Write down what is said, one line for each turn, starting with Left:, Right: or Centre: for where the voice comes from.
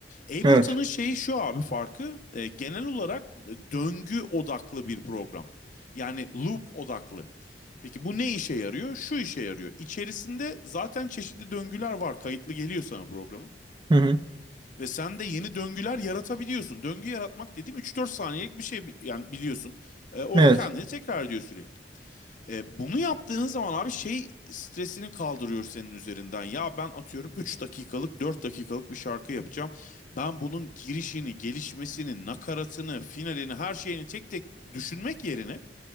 Left: Ableton'ın
Right: Evet.
Left: şeyi şu abi farkı e, genel olarak döngü odaklı bir program. Yani loop odaklı. Peki bu ne işe yarıyor? Şu işe yarıyor. İçerisinde zaten çeşitli döngüler var. Kayıtlı geliyor sana programın.
Right: Hı hı.
Left: Ve sen de yeni döngüler yaratabiliyorsun. Döngü yaratmak dediğim üç dört saniyelik bir şey yani biliyorsun. E, o
Right: Evet.
Left: kendini tekrar ediyor sürekli. E, bunu yaptığın zaman abi şey stresini kaldırıyor senin üzerinden. Ya ben atıyorum 3 dakikalık 4 dakikalık bir şarkı yapacağım. Ben bunun girişini, gelişmesini, nakaratını, finalini her şeyini tek tek düşünmek yerine